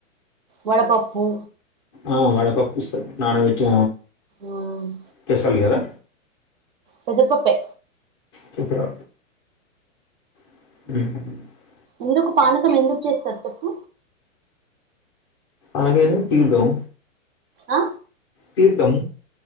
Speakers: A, on the right; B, on the left.
A: వడపప్పు
B: ఆ వడ పప్పు ఇస్తారు నాణ వెటి
A: ఉమ్
B: స్పెషల్ కదా
A: పెసరపప్పే
B: తీసురా హ్మ్
A: ఎందుకు పానకం ఎందుకు చేస్తారు చెప్పు
B: ఆనియను తీర్థం
A: ఆ
B: తీర్థం